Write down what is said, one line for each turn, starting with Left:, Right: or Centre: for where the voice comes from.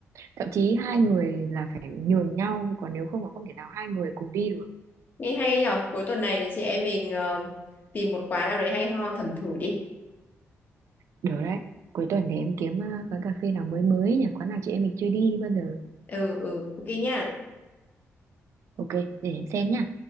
Right: thậm chí hai người là phải nhường nhau còn nếu không là không thể nào hai người cùng đi được
Left: nghe hay nhở, cuối tuần này chị em mình ờ, tìm một quán nào đấy hay ho thẩm thử đi.
Right: được đấy cuối tuần để em kiếm ờ, quán cà phê nào mới mới nhỉ quán nào chị em mình chưa đi bao giờ
Left: Ừ, ừ, ok nha.
Right: ok để em xem nhá